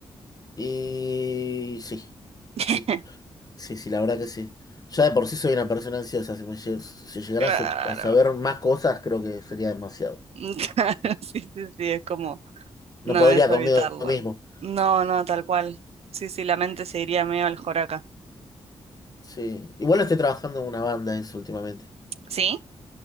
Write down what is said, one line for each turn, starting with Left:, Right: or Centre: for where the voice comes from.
Left: Y sí,
Right: <laughs>
Left: sí, sí, sí, la verdad que sí. Ya de por sí soy una persona ansiosa, si me lle- si llegara
Right: Claro.
Left: a, su- a saber más cosas, creo que sería demasiado.
Right: <laughs> Sí, sí, sí, es como,
Left: No
Right: no,
Left: podría
Right: es
Left: conmigo
Right: evitarlo.
Left: mismo.
Right: No, no, tal cual. Sí, sí, la mente se iría medio al joraca.
Left: Sí, igual estoy trabajando en una banda eso últimamente.
Right: ¿Sí?